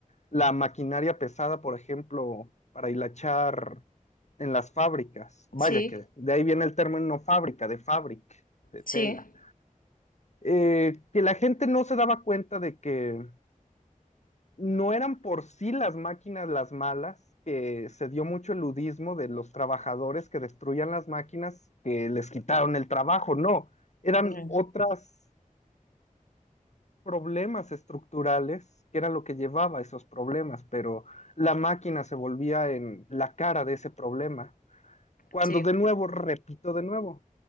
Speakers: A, on the left (about 55°); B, on the left (about 85°).
A: la maquinaria pesada, por ejemplo, para hilachar en las fábricas. Vaya
B: sí,
A: que de ahí viene el término fábrica, de fabric, de
B: sí,
A: tela. Eh, que la gente no se daba cuenta de que no eran por sí las máquinas las malas, que se dio mucho el ludismo de los trabajadores que destruían las máquinas, que les quitaron el trabajo, no, eran
B: mm,
A: otros problemas estructurales que era lo que llevaba a esos problemas, pero la máquina se volvía en la cara de ese problema. Cuando
B: sí,
A: de nuevo, repito de nuevo,